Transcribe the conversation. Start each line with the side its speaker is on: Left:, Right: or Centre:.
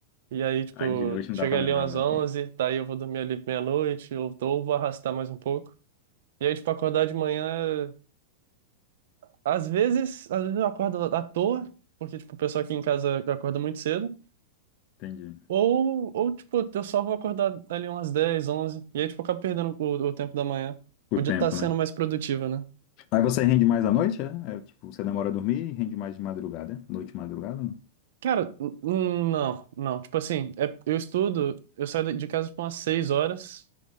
Right: e aí, tipo,
Left: Aí de noite não
Right: chega
Left: dá pra
Right: ali
Left: fazer
Right: umas
Left: nada.
Right: 11 daí eu vou dormir ali meia-noite, ou, ou vou arrastar mais um pouco. E aí, tipo, acordar de manhã, às vezes, às vezes eu acordo à toa, porque, tipo, o pessoal aqui em casa acorda muito cedo.
Left: Entendi.
Right: Ou, ou, tipo, eu só vou acordar ali umas 10 11 e aí, tipo, eu acabo perdendo o, o tempo da manhã.
Left: Por
Right: Podia
Left: tempo,
Right: estar sendo
Left: né?
Right: mais produtiva, né?
Left: Aí você rende mais à noite, é? É, tipo, você demora a dormir e rende mais de madrugada, é? Noite e madrugada, não?
Right: Cara, n- n- não, não. Tipo assim, é- eu estudo, eu saio da- de casa, tipo, umas 6 horas,